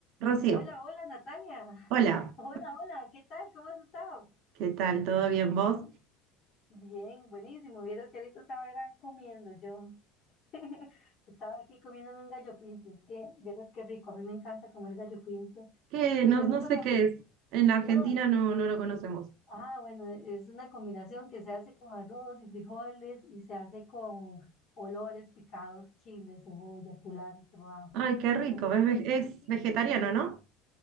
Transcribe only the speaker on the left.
Hola, hola Natalia. <laughs>
Hola, hola, ¿qué tal? ¿Cómo has estado?
Bien, buenísimo. Vieras que ahorita estaba era comiendo yo. <laughs> Estaba aquí comiéndome un gallo pinto. Es que, vieras qué rico. A mí me encanta comer gallo pinto.
¿Usted
no conoce?
No.
Ah, bueno, es una combinación que se hace con arroz y frijoles y se hace con olores picados, chile, cebolla, culantro, ajo,
con algo.
sí,